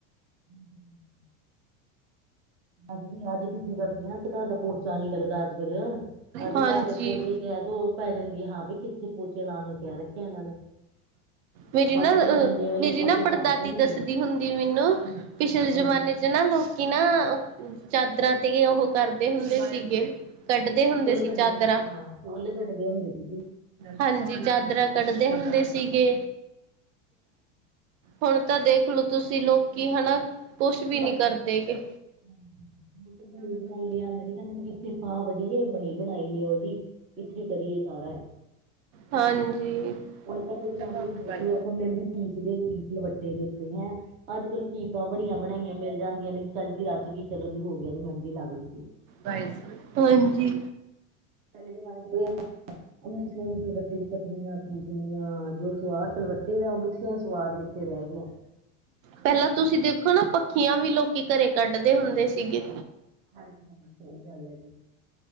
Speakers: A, on the right (about 20°); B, on the right (about 75°).
A: ਹੂੰ-ਹੂੰ। ਹਜੇ ਨੀ ਅੱਜ ਕਿੱਥੇ ਦੁਖੀ ਕਰਦੀ ਆ ਅੱਜ ਤਾਂ ਘਰ ਦਾ ਪੋਚਾ ਨੀ ਲੱਗਦਾ। ਅੱਜਗਲ ਅੱਜ
B: ਹਾਂਜੀ
A: ਘਰ ਦੇ ਪੋਚੇ ਕਹਿ ਦੋ ਪੈ ਜਾਂਦੀ ਹੈ ਹਾਂ ਬਈ ਕਿੱਥੇ ਪਹੁੰਚ ਲਾਉਣ ਨੂੰ ਕਹਿ ਰੱਖਿਆ ਇਹਨਾਂ ਨੇ।
B: ਮੇਰੇ
A: ਬਸ
B: ਨਾ
A: ਜੀ
B: ਅ।
A: ਡੰਡੇ ਵਾਲੇ
B: ਮੇਰੀ
A: ਪੋਚੇ
B: ਨਾ ਪੜਦਾਦੀ
A: ਚੱਲ ਪਏ ਨੇ
B: ਦੱਸਦੀ ਹੁੰਦੀ ਮੈਨੂੰ ਪਿਛਲੇ
A: ਹਾਂਜੀ।
B: ਜਮਾਨੇ ਚ ਨਾ ਲੋਕ। ਕਿ ਨਾ ਚਾਦਰਾਂ ਤੇ ਉਹੋ ਕਰਦੇ ਹੁੰਦੇ ਸੀਗੇ। ਕੱਢਦੇ ਹੁੰਦੇ
A: ਬੁੱਲ
B: ਸੀ
A: ਕੱਢਦੇ
B: ਚਾਦਰਾਂ
A: ਹੁੰ, ਹਾਂ ਬੁੱਲ ਕੱਢਣੇ ਹੁੰਦੇ ਸੀਗੇ।
B: ਹਾਂਜੀ, ਚਾਦਰਾਂ ਕੱਢਦੇ ਹੁੰਦੇ ਸੀਗੇ। ਹੁਣ ਤਾਂ ਦੇਖਲਓ, ਤੁਸੀਂ ਲੋਕੀ ਹੈਣਾ ਕੁਛ ਵੀ ਨਹੀਂ ਕਰਦੇ ਗੇ।
A: ਹੂੰ-ਹੂੰ, ਉੱਤੋਂ ਬਣੀ ਬਣਾਈ ਲਿਆਂਦੇ ਨੀ ਕਹਿੰਦੇ ਕਿੱਥੇ ਫਾਹ ਵੱਢੀਏ ਬਣੀ ਬਣਾਈ ਲਓ ਜੀ, ਇੱਥੇ ਕਰੀਏ ਸਾਰਾ ਇਹ।
B: ਹਾਂਜੀ,
A: ਪਹਿਲੇ ਜ਼ਮਾਨੇ
B: ਚਲੋ ਉਠ
A: 'ਚ ਦੇਖ
B: ਬਾਈ।
A: ਲਓ ਮਹਿੰਦੀ ਪੀਸ ਦੇ ਸੀ ਸਿਲਵੱਟੇ ਦੇ ਉੱਤੇ ਹੈਂ, ਅੱਜ-ਕੱਲ੍ਹ ਕੀਪਾਂ ਬਣੀਆਂ -ਬਣਾਈਆਂ ਮਿਲ ਜਾਂਦੀਆਂ ਨੇ। ਚੱਲ ਰਚ ਗਈ ਚਲੋ ਜੀ ਹੋ ਗਿਆ, ਉਹਦੀ ਮਹਿੰਦੀ ਲੱਗ ਗਈਏ।
B: ਹਾਂਜੀ।
A: ਪਹਿਲੇ ਜਮਾਨੇ 'ਚ ਈਨੀ ਸੋਹਣੀ ਸਿਲਵੱਟੇ ਚਟਣੀਆਂ ਪੀਸ ਨਿਆ ਜੋ ਸਵਾਦ ਸਿਲ ਵੱਟੇ ਦਾ ਉਹ ਮਿੱਕਸਿਆ ਸਵਾਦ ਕਿੱਥੇ ਰਹਿ ਗਿਆ।
B: ਪਹਿਲਾਂ ਤੁਸੀਂ ਦੇਖੋ ਨਾ ਪੱਖੀਆਂ ਵੀ ਲੋਕੀ ਘਰੇ ਕੱਢਦੇ ਹੁੰਦੇ ਸੀਗੇ।
A: ਹਾਂਜੀ-ਹਾਂਜੀ, ਸਹੀ ਗੱਲ ਹੈ ਜੀ।